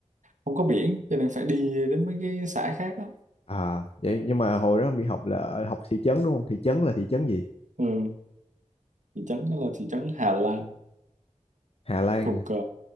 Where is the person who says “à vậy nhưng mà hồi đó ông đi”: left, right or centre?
Left